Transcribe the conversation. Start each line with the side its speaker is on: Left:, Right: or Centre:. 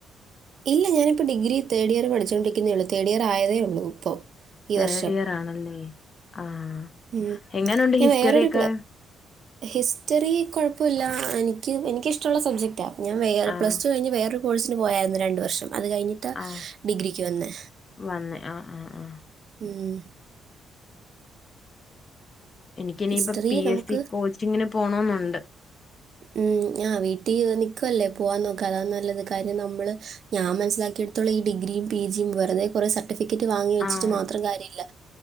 Right: ഇല്ല ഞാനിപ്പോൾ ഡിഗ്രി തേഡ് ഇയർ പഠിച്ചുകൊണ്ടിരിക്കുന്നതേ ഉള്ളൂ തേർഡ് ഇയർ ആയതേയുള്ളൂ ഇപ്പോൾ ഈ
Left: തേർഡ്
Right: വർഷം
Left: ഇയർ ആണല്ലേ ആഹ്
Right: ഉം.
Left: എങ്ങനുണ്ട്
Right: ഞാൻ
Left: ഹിസ്റ്ററി
Right: വേറൊരു
Left: ഒക്കെ
Right: പ്ല ഹിസ്റ്ററി കുഴപ്പമില്ല എനിക്ക് എനിക്കിഷ്ടമുള്ള സബ്ജക്ട് ഞാൻ
Left: ആഹ്
Right: പ്ലസ് ടു കഴിഞ്ഞ് വേറൊരു കോഴ്സിന് പോയിരുന്നു രണ്ട് വർഷം അത് കഴിഞ്ഞ് ട്ടാ
Left: ആഹ്
Right: ഡിഗ്രിക്ക് വന്നേ
Left: വന്ന് ആഹ് ആഹ് ആഹ്
Right: ഉം
Left: എനിക്കനിയിപ്പ
Right: ഹിസ്റ്ററി
Left: പി
Right: നമുക്ക്
Left: എസ് സി കോച്ചിങ്ങിന് പോണെന്നുണ്ട്
Right: ഉം ആഹ് വീട്ടിൽ നിക്കുവല്ലേ പോവാൻ നോക്കാ അതാ നല്ലത് കാര്യം നമ്മള് ഞാൻ മനസിലാക്കിയെടുത്തോളം ഈ ഡിഗ്രിയും പി ജിയും വെറുത കുറെ സർട്ടിഫിക്കറ്റ് വാങ്ങി വച്ചിട്ട്
Left: ആഹ്
Right: മാത്രം കാര്യമില്ല